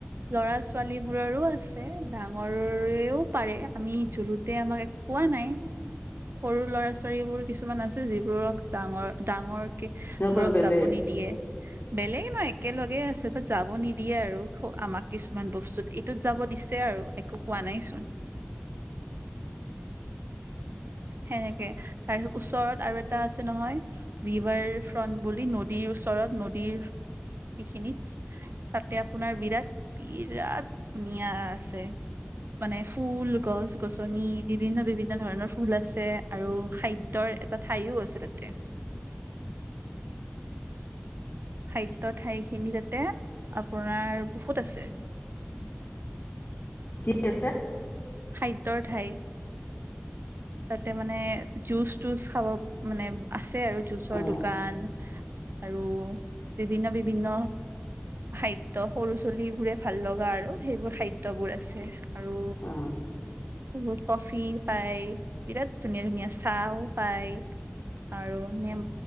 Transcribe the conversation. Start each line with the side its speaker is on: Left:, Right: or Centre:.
Right: ল'ৰা ছ ছোৱালী বোৰৰো আছে ডাঙৰেও পাৰে আমি জুলত তে আমাক এক পোৱা নাই সৰু ল'ৰা ছোৱালীবোৰ কিছুমান আছে যিবোৰক ডাঙৰ ডাঙৰ
Left: সিহঁতৰ
Right: বোৰক
Left: বেলেগ
Right: যাব নিদিয়ে বেলেগ ন একেলগে আছে বাট যাব নিদিয়ে আৰু আমাক কিছুমান বস্তুত এইটোত যাব দিছে আৰু একো কোৱা নাইচোন সেনেকৈ তাৰিছত ওচৰত আৰু এটা আছে নহয় ৰিভাৰ ফ্ৰন্ট বুলি নদীৰ ওচৰত নদীৰ সিখিনিত তাতে আপোনাৰ বিৰাট বিৰাট ধুনীয়া আছে মানে ফুল গছ গছনি বিভিন্ন বিভিন্ন ধৰণৰ ফুল আছে আৰু খাদ্যৰ এটা ঠাইওঁ আছে তাতে খাদ্য ঠাইখিনি তাতে আপোনাৰ বহুত আছে
Left: কি আছে
Right: খাদ্যৰ ঠাই তাতে মানে জুচ তুচ খাব মানে আছে আৰু জুচৰ
Left: অ
Right: দোকান আৰু বিভিন্ন বিভিন্ন খাদ্য সৰু চুলিবোৰে ভাল লগা আৰু সেইবোৰ খাদ্যবোৰৰ আছে আৰু
Left: অ
Right: সেইবোৰ কফি পাই বিৰাট ধুনীয়া ধুনীয়া চাহ পায় আৰু নেম